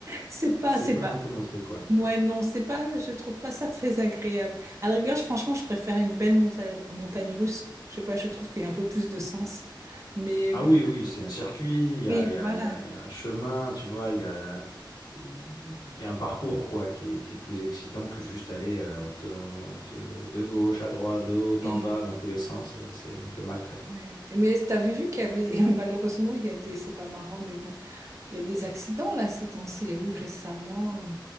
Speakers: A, on the right; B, on the left.
A: c'est pas,
B: C'est
A: c'est
B: pas
A: pas.
B: non plus mon truc, quoi.
A: Ouais, non, c'est pas, je trouve pas ça très agréable. À la rigueur, je- franchement, je préfère une belle montagne, montagne russe. Je sais pas, je trouve qu'il y a un peu plus de sens. Mais
B: Ah
A: me-
B: oui, oui, c'est un circuit, il y
A: oui,
B: a, il y a,
A: voilà.
B: il y a, il y a un chemin, tu vois, il y a, il y a un parcours, quoi, qui est, qui est plus excitant que juste aller, euh, on te, on te- de gauche à droite, de haut
A: Et-
B: en bas, dans tous les sens, euh, c'est, on te maltraite, quoi.
A: ouais. Mais t'avais vu qu'il y avait, <laughs> malheureusement, il y a des, c'est pas marrant, mais bon. Il y a des accidents là ces temps-ci. Il y a eu récemment euh,